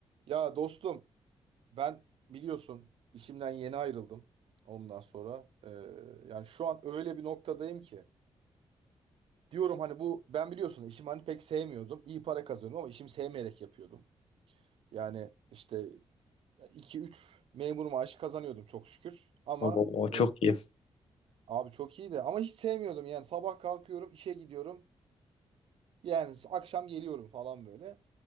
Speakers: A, on the right (about 65°); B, on the left (about 75°).
A: Ya dostum ben biliyorsun işimden yeni ayrıldım ondan sonra. Ee, yani şu an öyle bir noktadayım ki. Diyorum hani bu ben biliyorsun işimi hani pek sevmiyordum. İyi para kazanıyordum ama işimi sevmeyerek yapıyordum. Yani işte iki üç memur maaşı kazanıyordum çok şükür. Ama
B: Oo, çok
A: e,
B: iyi.
A: abi çok iyi de ama hiç sevmiyordum yani sabah kalkıyorum işe gidiyorum. Yani akşam geliyorum falan böyle.